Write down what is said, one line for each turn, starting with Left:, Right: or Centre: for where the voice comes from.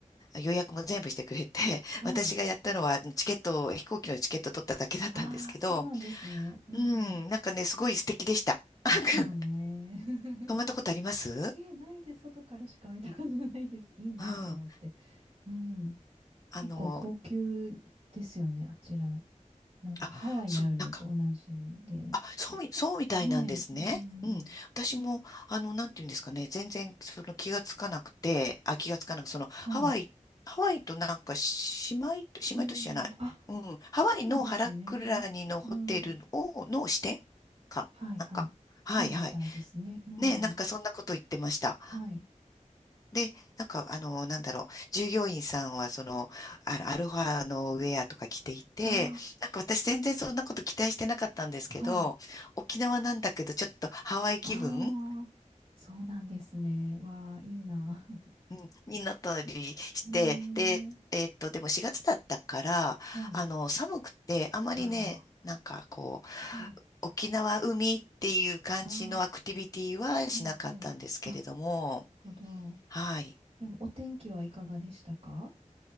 Left: 予約も全部してくれて、<laughs>
Right: はい。
Left: 私がやったのはチケットを、飛行機のチケット取っただけだったんですけど、
Right: ああ、そうなんですね。うん。
Left: うん、なんかね、すごい素敵でした。
Right: ですよね。
Left: <laughs>
Right: <laughs>
Left: 泊まったことあります
Right: え、ないで外からしか見たことないです。いいなと思って。
Left: うん。
Right: うん。
Left: あの、
Right: 結構高級ですよね、あちら。なんかハワイにあるのと同じでって。
Left: あ、そう、なんか、あ、そうみ、そうみたいなんですね。
Right: ねえ、うん。
Left: うん。私も、あの、なんていうんですかね、全然、その気がつかなくて、あ、気がつかなく、その、ハワイ、
Right: はい。
Left: ハワイとなんか、姉妹都、姉妹都市じゃない。
Right: うん。あ、
Left: うん。ハワイのハラクラニのホテルを、
Right: そうなんですね。うん。
Left: の支店か。
Right: はいはい。
Left: なんか、はい、
Right: そうみたいですね。
Left: はい。
Right: うん。
Left: ね、なんかそんなこと言ってました。
Right: はい。
Left: で、なんか、あの、なんだろう、従業員さんは、その、あのアルファのウェアとか着ていて、
Right: あ
Left: なんか私全然そんなこと期待してなかったんですけど、
Right: あ、はい。
Left: 沖縄なんだけど、ちょっとハワイ気分、
Right: ああ、そうなんですね。わあ、いいな。
Left: うん、になったりして、
Right: <laughs> えー、
Left: で、えーっと、でも4月だったから、
Right: はい。
Left: あの、寒くて、あまりね、
Right: ああ、
Left: なんかこう、
Right: うん。
Left: 沖縄海っていう感じのアクティビティはしなかったんですけれども、
Right: ああ、はいはい。あ、なるほど。
Left: はい。
Right: でも、お天気はいかがでしたか